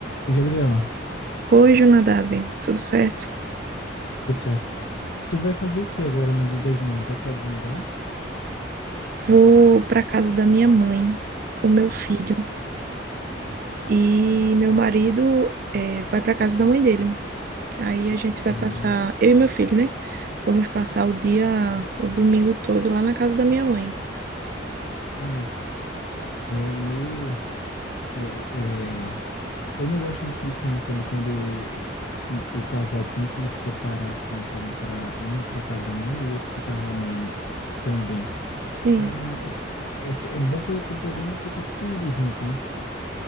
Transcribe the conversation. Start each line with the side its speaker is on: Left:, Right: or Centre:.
Left: Ô, Gabriela,
Right: Oi, Jonadab, tudo certo?
Left: tudo certo. Tu vai fazer o que agora no Dia das Mães? Vai pra algum lugar?
Right: Vou para casa da minha mãe com meu filho e meu marido eh, vai para casa da mãe dele. Aí a gente vai
Left: Hum,
Right: passar, eu e meu filho, né? Vamos passar o dia, o domingo todo lá na casa da minha mãe.
Left: entendi. É meio. é- é- Eu não gosto muito disso, não, sabe? Quando o, o casal tem que separar, assim, sabe? Pra um ir pra casa da mãe e o outro ficar com a mãe também.
Right: Sim,
Left: É, é, é, é bom quando tem programa que tá todo mundo junto, né?